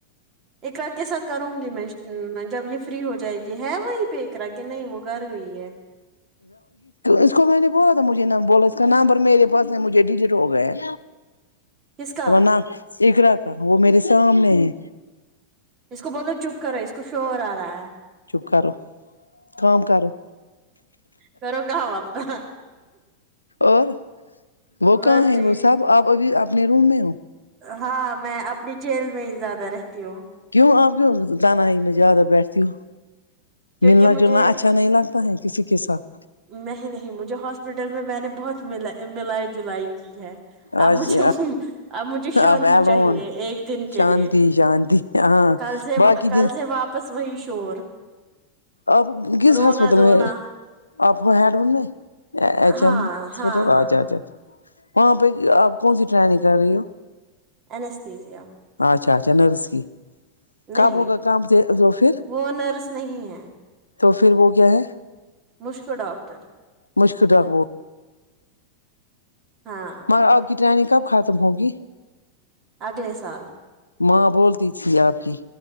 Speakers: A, on the right; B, on the left.
A: اقرا کے ساتھ کروں گی میں جب یہ فری ہو جائے گی ہے وہیں پہ اقرا کہ نہیں وہ گھر گئی ہے
B: اس کو میں نے بولا تھا مجھے نہ بولا اس کا نمبر میرے پاس ہے مجھے ڈیلیٹ ہو گیا ہیں
A: کس کا
B: نہ اقرا کا وہ میرے سامنے ہے
A: اس کو بولو چپ کرو اس کو شور آ رہا ہے
B: چپ کرو کام کرو
A: کرو کام اپنا
B: اور وہ کہاں
A: بس
B: ہے
A: ٹھیک
B: وہ سب آپ ابھی اپنے روم میں ہو
A: ہاں میں اپنی جیل میں ہی زیادہ رہتی ہوں
B: کیوں آپ کیوں تنہائی میں زیادہ بیٹھتی ہوں
A: کیونکہ
B: ملنا
A: مجھے
B: جلنا اچھا نہیں لگتا ہے کسی کے ساتھ
A: نہیں نہیں مجھے ہاسپٹل میں میں نے بہت ملائی جلائی کی ہے اب
B: آج
A: مجھے اب مجھے شانتی
B: آپ الون
A: چاہیے ایک دن کے
B: شانتی
A: لیے
B: شانتی ہاں
A: کل سے
B: باقی
A: کل
B: دن
A: سے واپس وہی شور
B: آپ کس
A: رونا
B: ہسپتال
A: دھونا
B: میں آپ ہو ہڈون میں
A: ہاں
B: اچ ایم ہاسپٹل
A: ہاں ہاں
B: اچھا
A: ہاں
B: اچھا وہاں پہ آپ کون سی ٹرائنگ کر رہی ہو
A: اینستھزیا
B: اچھا اچھا نرس کی
A: نہیں
B: کب ہوگا کام وہ پھر
A: وہ نرس نہیں ہیں
B: تو پھر وہ کیا ہے
A: مشک ڈاکٹر
B: مشک ڈاکٹر
A: ہاں
B: اور آپ کی ٹریننگ کب ختم ہوگی
A: اگلے سال
B: ماں بولتی تھی آپ کی